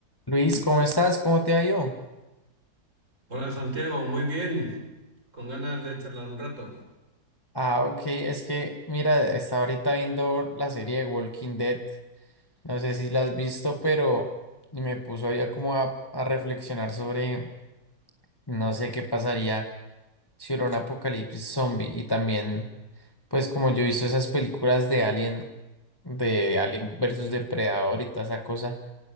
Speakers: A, on the left; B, on the right.
A: Luis, ¿cómo estás? ¿Cómo te ha ido?
B: Hola Santiago, muy bien, con ganas de charlar un rato.
A: Ah, ok, es que mira, estaba ahorita viendo la serie de Walking Dead. No sé si la has visto, pero me puso allá como a, a reflexionar sobre no sé qué pasaría si hubiera un apocalipsis zombie. Y también, pues como yo he visto esas películas de Alien, de Alien versus Depredador y toda esa cosa,